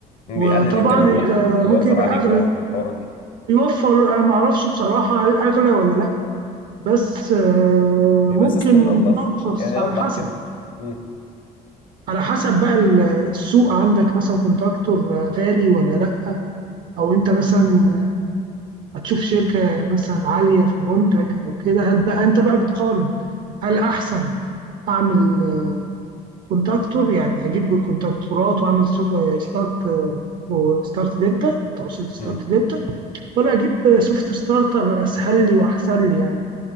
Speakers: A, on the left; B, on the right.
A: بيقلل
B: وطبعا
A: الكلام
B: انت
A: ده بيوفر
B: ممكن يبقى
A: عليك
B: اغلى
A: بقى الحوارات دي
B: بيوفر آه، معرفش بصراحة هل اغلى ولا لا بس آه،
A: بيبقى
B: ممكن
A: سيستم انضف
B: ارخص
A: يعني
B: على
A: اوضح
B: حسب
A: كده مم.
B: على حسب بقى ال- السوق عندك مثلا كونتراكتور غالي ولا لا او انت مثلا آه، هتشوف شركة مثلا عالية في المنتج او كده هل بقى انت بقى بتقارن هل احسن اعمل آه، كونتراكتور يعني اجيب كونتراكتورات واعمل سوف- آه، ستارت آه، وستارت دلتا توصيل ستارت
A: مم.
B: دلتا ولا اجيب آه، سوفت ستارتر اسهل لي واحسن لي يعني